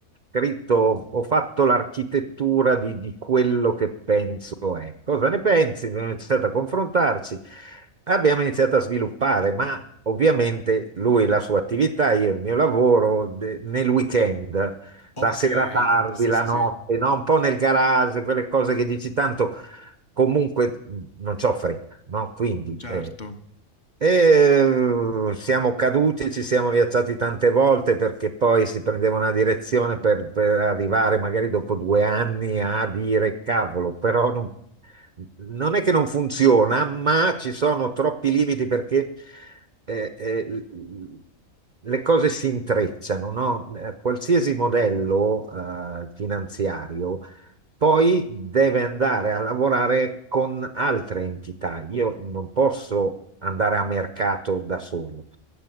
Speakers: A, on the right (about 50°); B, on the left (about 40°).
A: scritto, ho fatto l'architettura di, di quello che penso è. Cosa ne pensi? Abbiamo iniziato a confrontarci, abbiamo iniziato a sviluppare, ma ovviamente lui, la sua attività, io il mio lavoro de- nel weekend,
B: Ok.
A: la sera tardi,
B: Sì,
A: la
B: sì,
A: notte,
B: sì.
A: no? Un po' nel garage, quelle cose che dici tanto, comunque mh, non c'ho fretta, no? Quindi
B: Certo.
A: eh, e eh, siamo caduti, ci siamo rialzati tante volte perché poi si prendeva una direzione per, per arrivare magari dopo due anni a dire cavolo, però non, non è che non funziona, ma ci sono troppi limiti perché eh, eh, l- l- le cose si intrecciano, no? Eh, Qualsiasi modello eh, finanziario poi deve andare a lavorare con altre entità. Io non posso andare a mercato da solo.